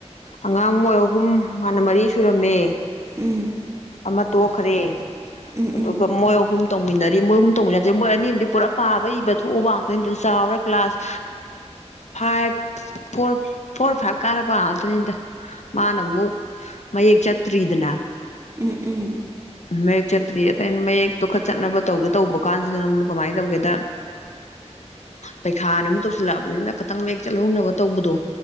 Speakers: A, on the left; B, on the right.
A: ꯑꯉꯥꯡ ꯃꯣꯏ ꯑꯍꯨꯝ ꯃꯥꯅ ꯃꯔꯤ ꯁꯨꯔꯝꯃꯦ
B: ꯎꯝ
A: ꯑꯃ ꯇꯣꯈ꯭ꯔꯦ
B: ꯎꯝ
A: ꯑꯗꯨꯒ
B: ꯎꯝ
A: ꯃꯣꯏ ꯑꯍꯨꯝ ꯇꯧꯃꯤꯟꯅꯔ ꯃꯣꯏ ꯑꯍꯨꯝ ꯇꯧꯃꯤꯟꯅꯠꯇꯦ ꯃꯣꯏ ꯑꯅꯤ ꯑꯗꯤ ꯄꯨꯔꯥ ꯄꯥꯕ ꯏꯕ ꯊꯣꯛꯑꯕ ꯉꯥꯛꯇꯅꯤꯗ ꯆꯥꯎꯔ class five four four five ꯀꯥꯔꯕ ꯅꯤꯗ ꯃꯥꯅ ꯑꯃꯨꯛ ꯃꯌꯦꯛ ꯆꯠꯇ꯭ꯔꯤꯗꯅ
B: ꯎꯝ ꯎꯝ
A: ꯃꯌꯦꯛ ꯀꯇꯔꯤꯗꯨ ꯈ ꯆꯅ ꯇꯧꯒꯦ ꯇꯧꯕ ꯀꯥꯟꯁꯤꯗꯅ ꯑꯗꯨꯝ ꯀꯃꯥꯏꯅ ꯇꯧꯒꯦꯗ ꯄꯩꯈꯥꯕꯨ ꯇꯧ ꯆꯜꯂꯛꯑꯕꯅꯤꯅ ꯈꯤꯇꯪ ꯃꯌꯦꯛ ꯆꯠꯍꯧꯅꯕ ꯇꯧꯕꯗꯣ